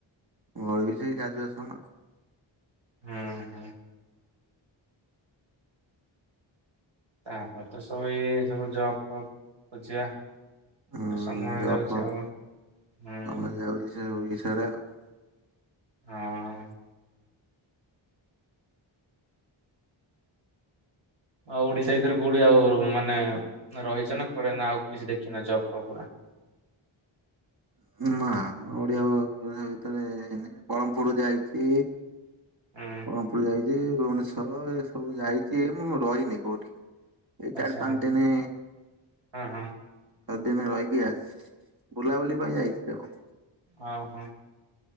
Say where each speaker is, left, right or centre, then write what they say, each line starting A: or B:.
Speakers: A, on the right; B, on the right.
A: ମୋର ବି ସେଇ ଗ୍ରାଜୁଏସନ୍
B: ହୁଁ ହୁଁ। ତାପରେ ତ ସବୁ ଏଇ ଯୋଉ ସବୁ ଜବ୍ ଫବ ଖୋଜିବା
A: ହୁଁ
B: ସମୟ
A: ଜବ୍
B: ଯାଉଛି
A: ଫବ୍
B: ଆଉ ହୁଁ
A: ଆମେ
B: ହଁ।
A: ଯାଉଚୁ ସେ ଓଡ଼ିଶାରେ ଆଉ
B: ହଁ। ଆଉ ଓଡିଶା ଭିତରେ କୋଉଠି ଆଉ ମାନେ ରହିଚ ନା କୁଆଡେ ନା ଆଉ କିଛି ଦେଖିନ ଜବ୍ ଫପ୍ ପୁରା
A: ନା ନା ଓଡିଆ ଓଡିଶା ଭିତରେ ନି ବରହ୍ମପୁର ଯାଇଚି
B: ହୁଁ
A: ବରହ୍ମପୁର ଯାଇଚି ଭୁବନେଶ୍ଵର ଏ ସବୁ ଯାଇଚି ମୁଁ ରହିନି କୋଉଠି। ଏଇ
B: ଆଚ୍ଛା
A: ଚାରି ପାଞ୍ଚ ଦିନି
B: ହଁ ହଁ।
A: ଛ ଦିନି ରହିକି ଆସି ବୁଲାବୁଲି ପାଇଁ ଯାଇଛି ଆଉ।
B: ଓ ହୋ।